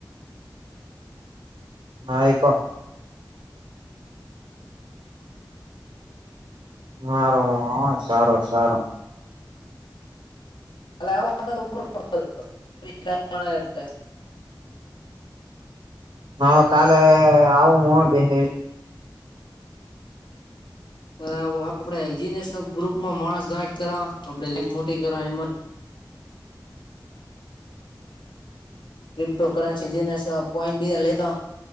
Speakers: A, on the right (about 85°); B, on the left (about 80°).
A: હા, એકો હારોહ સારો, સારો‌.
B: <unintelligible>
A: હ કાલે આવું <unintelligible>
B: આપણેે જીનેસનું ગ્રુપમાં માણસ ને જોઈન્ટ કરાવા આપે લીન મોટી કરાવી એમાં ક્રિપ્ટો કરન્સી જે કોઈન બીજા લેતા